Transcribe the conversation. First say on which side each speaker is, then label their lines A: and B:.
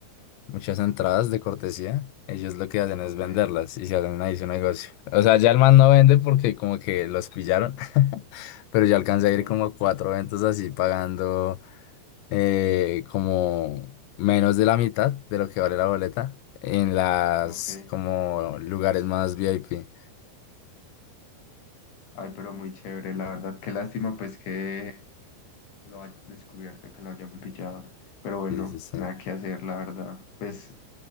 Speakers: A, on the left (about 90°); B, on the left (about 65°).
A: Muchas entradas de cortesía, ellos lo que hacen
B: Ok,
A: es venderlas y se hacen ahí su negocio. O sea, ya el man no vende porque como que los pillaron, <laughs> pero ya alcancé
B: ok,
A: a ir como a cuatro eventos así pagando eh, como menos de la mitad de lo que vale la boleta en las
B: ok.
A: como lugares más VIP.
B: Ay, pero muy chévere, la verdad. Qué lástima, pues, que lo hayan descubierto, que lo hayan pillado. Pero bueno,
A: Sí, sí, sí.
B: nada que hacer, la verdad. Pues